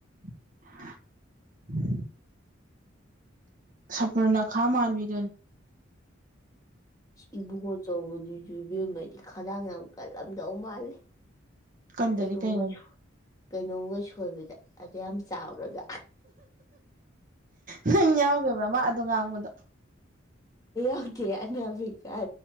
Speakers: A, on the right; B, on the left.
A: <unintelligible> <inaudible> ꯁꯄꯅꯅ ꯈꯥ ꯃꯥꯟꯕꯤꯗ
B: ꯏꯕꯨꯡꯉ ꯑꯆꯧꯕꯗꯨꯁꯨ ꯏꯕꯦꯝꯃꯩꯗꯤ ꯈꯗꯥꯡ ꯌꯥꯝ ꯀꯜꯂꯝꯗꯧ ꯃꯥꯜꯂꯦ
A: ꯀꯟꯗꯅꯤ
B: ꯀꯩꯅꯣꯝꯒ
A: ꯀꯩꯅꯅꯅꯤ
B: ꯀꯩꯅꯣꯝꯒ ꯁꯣꯏꯕꯗ ꯑꯗꯨ ꯌꯥꯝ ꯆꯥꯎꯔꯒ
A: ꯅꯪ ꯌꯥꯎꯗꯕ꯭ꯔ ꯃꯥ ꯑꯣ ꯉꯥꯡ ꯗ <inaudible>
B: ꯑꯒꯦ ꯑꯅꯥꯃꯀꯔ